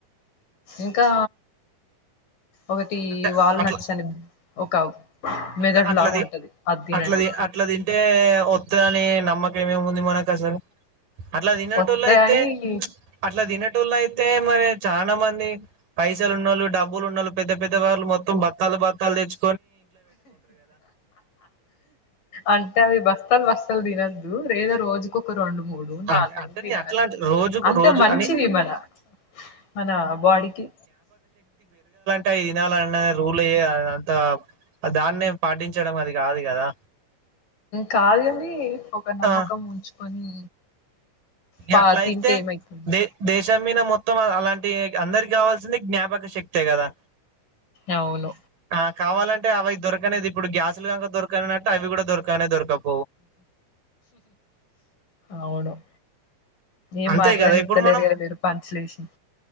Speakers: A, on the left; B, on the right.
A: ఇంకా ఒకటి
B: అంటే
A: వాల్నట్స్
B: అట్లా
A: అని ఒక మెదడు
B: అట్లా అట్లది
A: లాగా ఉంటది అది తినండి
B: అట్లది అట్లా తింటే ఒత్త అని నమ్మకంమేమి ఉంది మనకు అసలు అట్లా తన్నట్ళ
A: వత్తయని
B: అయితే అట్లా తినట్ ల్లో అయితే మరి చాలా మంది పైసలు ఉన్ను డబ్బులు ఉన్నువాలు పెద్ద పెద్ద ద్ద వళ్లు మొత్తం బక్కలు బక్కలు తెచ్చ
A: అంటే అవి బస్తత బస్ అసలు తినొద్దు లేదా రోజుకొరు రండు మూడు నాలుగేళ్లు
B: అంటే అంటే
A: తినాలి
B: నే అట్లా అంట- రోజు
A: అంతే
B: రోజు
A: మంచిది
B: అని
A: మన అనా బాడికి
B: తా ఇనాల అన్న రూలేయే అంత దాన్నే పాటించడం అది కాదు కదా
A: కాదని ఒక నమ్మకం
B: ఆ
A: ఉంచుకొని పా
B: అట్లా
A: తింటే
B: అయితే
A: ఏమైతుంది
B: ద దేశం మీ మొత్తం అలాంటి అందరికి కావాల్సింది జ్ఞాపక శక్తే కదా
A: అవును
B: ఆ కావాలంటే అవి దొరకనేది ఇప్పుడు గ్యాస్లుక దొరకన అట్టు అవి కూడా దొరకనే దొరకవు
A: అవును ఏం
B: అంతే
A: మాట్లాడి
B: కదా ఇప్పుడు
A: తలేరు
B: మనం
A: కదు మీరు పంచలేసి